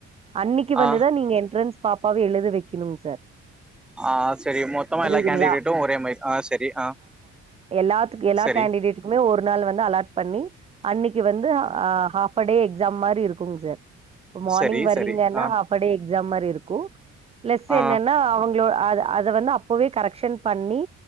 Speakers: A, on the right; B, in the centre.
A: அன்னைக்கு வந்துதா
B: ஆ
A: நீங்க என்ட்ரன்ஸ் பாப்பாவ எழுத வெக்கணு சார்
B: ஆ சேரி மொத்தமா
A: புரியுதுங்களா
B: எல்லா கேண்டிடேட்டு ஒரே மாரி ஆ சேரி ஆ
A: எல்லாத்துக் எல்லா
B: சரி
A: கேண்டிடேட்டுக்குமே ஒரு நாள் வந்து அலாட் பண்ணி அன்னைக்கு வந்து ஆ ஹாவ் ப்டே எக்ஸாம் மாரி இருக்குங்க சார் இப்ப மார்னிங்
B: சரி
A: வர்றீங்கன்னா
B: சரி ஆ
A: ஹாப் டே எக்ஸாம் மாரி இருக்கு ப்ளஸ்
B: ஆ
A: எனன்னா அவுங் க அத அத வந்து அப்பவே கரெக்க்ஷன் பண்ணி